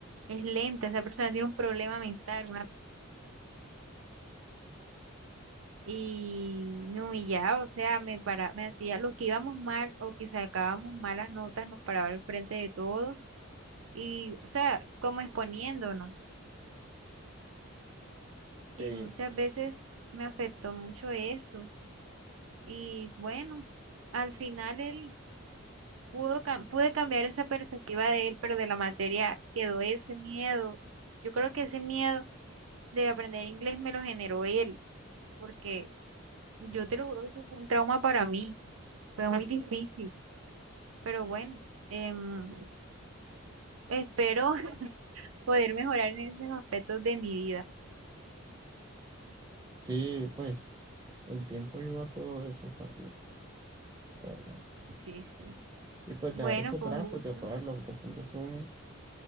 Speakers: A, on the right; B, on the right.
A: es lenta, esa persona tiene un problema mental, una... cosa. y me humillaba, o sea, me para, me hacía los que íbamos mal o que sacábamos malas notas, nos paraba al frente de todos y, o sea, como exponiéndonos.
B: Sí,
A: Y muchas veces me afectó mucho eso. Y bueno, al final él pudo, cam- pude cambiar esa perspectiva de él, pero de la materia quedó ese miedo. Yo creo que ese miedo de aprender inglés me lo generó él, porque yo te lo juro que eso fue un trauma para mí, fue muy <laughs> difícil, pero bueno, em, espero <laughs> poder mejorar en esos aspectos de mi vida.
B: sí, pues el tiempo ayuda a todo eso también, la ¿verdad?
A: Sí, sí.
B: Y pues
A: Bueno,
B: dejar eso
A: fue
B: atrás
A: un gusto.
B: porque, pues, los docentes son